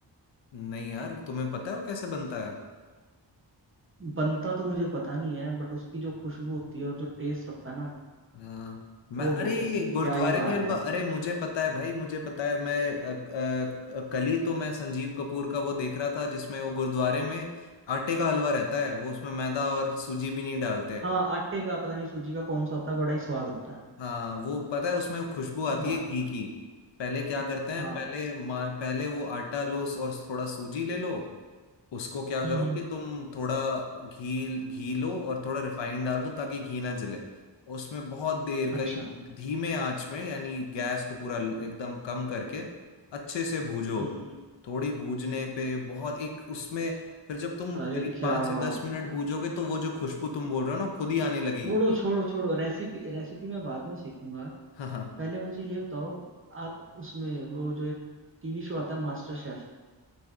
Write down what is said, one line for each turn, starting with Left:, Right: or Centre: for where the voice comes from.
Left: नहीं यार तुम्हें पता है वो कैसे बनता है
Right: बनता तो मुझे पता नहीं है बट उसकी जो खुशबू होती है और जो टेस्ट होता है ना
Left: हाँ, मैं अरे
Right: ओहो हो हो
Left: गुरुद्वारे
Right: क्या ही बात
Left: के हलवा
Right: है
Left: अरे मुझे पता है भाई मुझे पता है मैं अ, अ, कल ही तो मैं संजीव कपूर का वो देख रहा था जिसमें वो गुरुद्वारे में आटे का हलवा रहता है वो उसमें मैदा और सूजी भी नहीं डालते
Right: हाँ आटे का पता नहीं सूजी का कौन सा होता है बड़ा ही स्वाद होता है
Left: हाँ वो पता है उसमें खुशबू
Right: हाँ,
Left: आती
Right: मस्त
Left: है घी की पहले क्या करते हैं
Right: हाँ
Left: पहले मा- पहले वो आटा लो और थोड़ा सूजी ले लो उसको क्या
Right: हम्म
Left: करो
Right: हम्म
Left: कि तुम थोड़ा घी घी लो और थोड़ा रिफाइंड डाल दो ताकि घी ना जले उसमें बहुत देर करीब
Right: अच्छा
Left: धीमे आंच में यानी गैस को पूरा ल- एकदम कम करके अच्छे से भूजो
Right: हम्म हम्म
Left: थोड़ी भूजने पे बहुत एक उसमें फिर जब तुम
Right: अरे
Left: करीब
Right: क्या
Left: पाँच से
Right: बात
Left: दस
Right: है
Left: मिनट
Right: यार
Left: भूजोगे तो वो जो खुशबू तुम बोल रहे हो ना खुद ही आने लगेगी
Right: छोड़ो छोड़ो छोड़ो रेसिपी रेसिपी मैं बाद में सीखूंगा
Left: <laughs> हाँ
Right: पहले मुझे ये बताओ आप उसमें वो जो एक टीवी शो आता है मास्टर शेफ